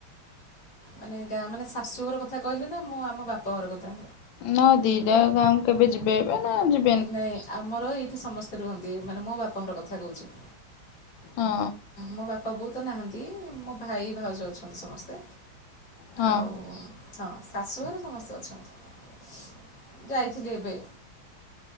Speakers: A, on the left (about 55°); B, on the left (about 75°).
A: ମାନେ ଗାଁ ମାନେ ଶାଶୁଘର କଥା କହିଲେ ନା ମୁଁ ଆମ ବାପା ଘର କଥା?
B: ନା ଦିଟା ଆଙ୍କ ଗାଁକୁ କେବେ ଯିବେ ଏବେ ନା ଯି
A: ନାଇଁ ଆମର ଏଇଠି ସମସ୍ତେ ରୁହନ୍ତି ମାନେ ମୋ ବାପାଙ୍କର କଥା କହୁଚି।
B: ହଁ
A: ମୋ ବାପା ବୋଉ ତ ନାହାଁନ୍ତି ମୋ ଭାଇ ଭାଉଜ ଅଛନ୍ତି ସମସ୍ତେ।
B: ହଁ।
A: ଆଉ ହଁ ଶାଶୁଘର ସମସ୍ତେ ଅଛନ୍ତି ଯାଇଥିଲି ଏବେ।